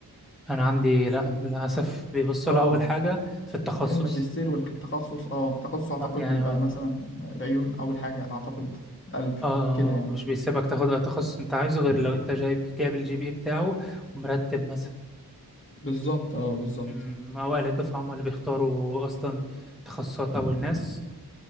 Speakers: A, in the centre; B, on the left.
A: انا عندي لا للاسف بيبصوا
B: اه
A: لها اول حاجه في التخصص
B: كان الماجستير والتخصص اه تخصص اعتقد
A: آه يعني
B: بيبقى
A: هو-
B: مثلا العيون اول حاجة اعتقد القلب
A: اه
B: كده يعني
A: مش بيسيبك تاخد اي تخصص انت عايزه غير لو انت جايب جايب الجي بي اي بتاعه ومرتب مثلا
B: بالظبط اه بالظبط
A: أمم، اوائل الدفعه هم اللي بيختاروا اصلا تخصصات اول ناس